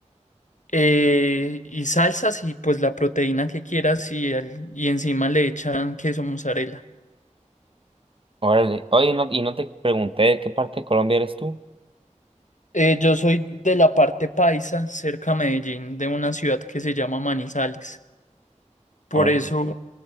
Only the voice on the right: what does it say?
Órale, oye, no, y no te pregunté de qué parte de Colombia eres tú.
Órale.